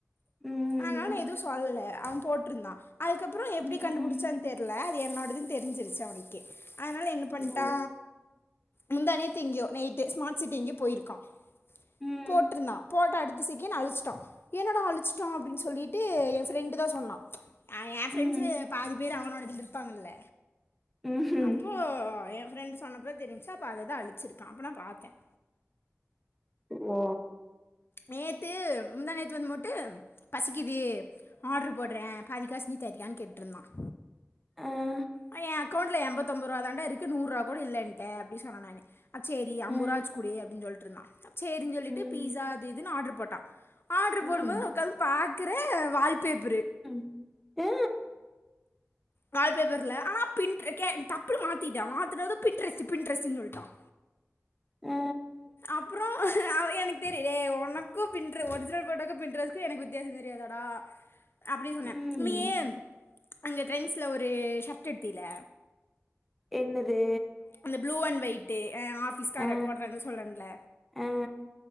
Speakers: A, in the centre; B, on the left.
A: ம்
B: ஆனாலு நா எதுவு சொல்லல அவ போட்ருந்தா அதுக்கப்புறோ எப்டி
A: ம்
B: கண்டுப்புடிச்சான் தெர்ல அது என்னோடதுன் தெரிஞ்சிருச்சு அவனுக்கு அதனால என்ன பண்ட்டா
A: ஓ
B: முந்தாநேத்து எங்கியோ நேத்து ஸ்மார்ட் சிட்டி எங்கியோ போயிருக்கான்
A: ம்
B: போட்டுருந்தா போட்டா அடுத் த செக்கேண் அழிச்சிட்டா என்னாடா அழிச்சிட்டான் அப்டின் சொல்லிட்டு என் ஃப்ரெண்டு தா சொன்னான் ஆ என் ஃப்ரெண்ட்ஸு
A: ம்
B: பாதி பேரு அவனோடதுல இருப்பாங்கல
A: ம்
B: அப்போ என் ஃப்ரெண்டு சொன்னப்போ தெரிஞ்சிச்சி அப்போ அத தான் அழிச்சிருக்கேன் அப்ப நா பாத்தேன்
A: ஓ
B: நேத்து முந்தா நேத்து வந்து மோட்டு பசிக்குது ஆடரு போடுறேன் பாதிக்காசு நீ தரியான்னு கேட்டுருந்தான்
A: அஹ்,
B: ஆ என் அக்கௌண்ட்ல எம்பத்தொம்பது ரூபா தாண்ட இருக்கு நூறுரூபா கூட இல்ல என்ட்ட அப்டி சொன்ன நானு செரி அம்பரூபாயாச்சி
A: அஹ்,
B: குடு அப்டின் சொல்ட்டு இருந்தான் சேரின் சொல்லிட்டு
A: ம்
B: பீஸா அது இதுன்னு ஆடர் போட்டான் ஆடரு
A: ம்
B: போடும்போது உக்காந்து பாக்கறேன் வால் பேப்பரு
A: ம் அ
B: வால்பேப்பர்ல ஆனா பின்ட் கே டப்புனு மாத்திகிட்டான் மாத்தனது பின் ட்ரெஸ்ட்டு பின் ட்ரெஸ்ட்டுன் சொல்ட்டான்
A: ஆ
B: அப்புறம் அவன் எனக்கு தெரியலே ஒனக்கும் பின்ட்ர ஒரிஜினல் போட்டோக்கும் பின்ட்ரெஸக்கும் எனக்கு வித்தியாசம் தெரியாதாடா அப்டி சொன்னே
A: ம்.
B: நீயி அங்க ட்ரெண்ட்ஸ்ல ஒரு ஷட்ட எடுத்தில்ல
A: என்னுது
B: அந்த ப்ளூ அண்ட் ஒயிட்டு் ஆ ஆஃபீஸ்கார
A: ஆ
B: போடறாங்க சொல்றன் இல்ல
A: ஆ